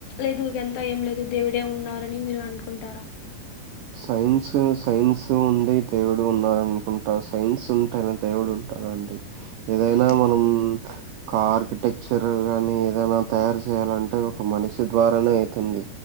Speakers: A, on the left; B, on the right.
A: లేదు ఇది అంత ఏం లేదు దేవుడే ఉన్నారని మీరు అనుకుంటారా
B: సైన్స్ సైన్స్ ఉంది దేవుడు ఉన్నడు అనుకుంటా సైన్స్ ఉంటేనే దేవుడు ఉంటాడండి ఏదైనా
A: ఉమ్
B: మనం ఒక ఆర్కిటెక్చర్ కాని ఏదైనా తయారు చేయాలంటే ఒక మనిషి ద్వారానే అవుతుంది